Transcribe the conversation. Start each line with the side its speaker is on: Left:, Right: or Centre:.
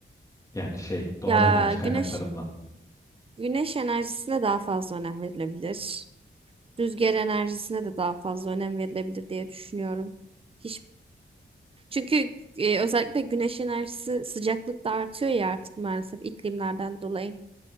Left: Yani şey, doğal
Right: Ya
Left: enerji
Right: güneş
Left: kaynaklarından.
Right: güneş enerjisine daha fazla önem verilebilir. Rüzgar enerjisine de daha fazla önem verilebilir diye düşünüyorum. Hiç çünkü e, özellikle güneş enerjisi sıcaklık da artıyor ya artık maalesef iklimlerden dolayı.